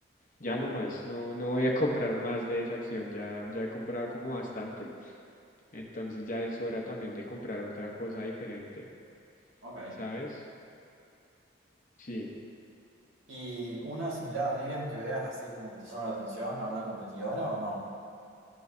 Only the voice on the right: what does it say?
Ok.
¿Y una similar a Rivian que veas así como que te llama la atención, alguna competidora o no?